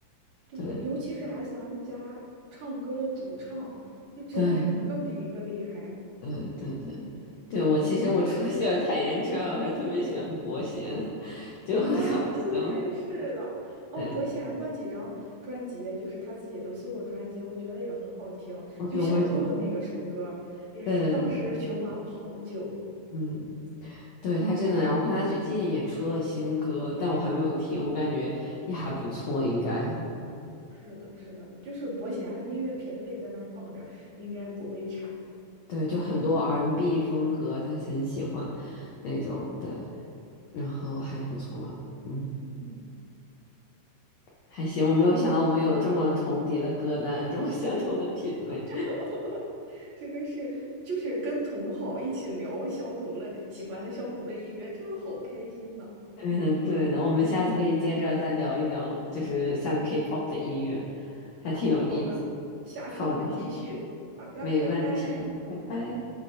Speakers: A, on the right (about 45°); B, on the left (about 90°).
A: 对，
B: 对
A: 尤其是 SM 家唱歌的主唱，就真的是一个比一个厉害
B: 对对对对，对我其实我除了喜欢泰妍之外，我还特别喜欢伯贤，<laughs> 就很搞笑。
A: 啊！对，是的，哦，
B: 对，
A: 伯贤那几张专辑，就是他自己的 solo 专辑，我觉得也很好听。
B: 我对我也觉得。
A: 就小鹿那个首歌，也是当时循环了好久。
B: 对对对，嗯，对，他真的，我看他最近也出了新歌，但我还没有听，我感觉也还不错，应该。
A: 是的，是的，就是伯贤的音乐品味在那儿放着，应该不会差。
B: 对，就很多 R&B n 风格，他很喜欢那种的，然后还不错，嗯，
A: 嗯，
B: 还行。我没有想到我们有这么重叠的歌单，这么相同的品味。
A: <laughs> 真的是，就是跟同好一起聊相同的、喜欢的相同的音乐，真的好开心呐！
B: 对的，对的，我们下次可以接着再聊一聊，就是像 K-pop 的音乐，还挺有意思。
A: 好的，好的，下次我们继续。
B: 好的，
A: 好的，
B: 没问题，
A: 拜拜。
B: 拜拜。